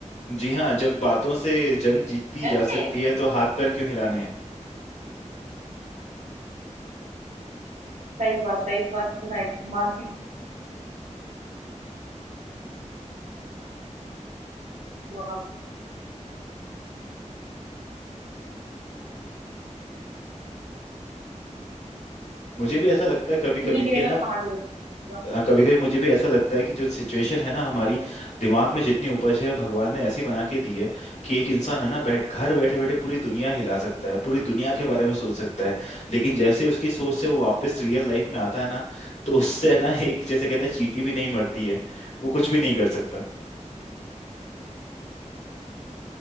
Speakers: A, on the left (about 65°); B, on the right (about 75°).
A: जी हाँ जब बातों से जंग जीती
B: वैसे
A: जा सकती है तो हाथ पैर क्यों हिलाने हैं
B: सही बात है इस बात की तो मैं मानती हूँ
A: मुझे भी ऐसा लगता है कभी
B: आपकी।
A: कभी
B: नहीं गिरेगा
A: कि ना
B: तो कहाँ गिरेगा
A: कभी कभी मुझे भी ऐसा लगता है कि जो सिचुएशन है ना हमारी दिमाग में जितनी उपज है भगवान ने ऐसी बना के दी है कि एक इंसान है ना बैठ घर बैठे बैठे पूरी दुनिया हिला सकता है पूरी दुनिया के बारे में सोच सकता है लेकिन जैसे उसकी सोच से वो वापस रियल लाइफ में आता है ना तो उससे है ना एक जैसे कहते हैं चींटी भी नहीं मरती है वो कुछ भी नहीं कर सकता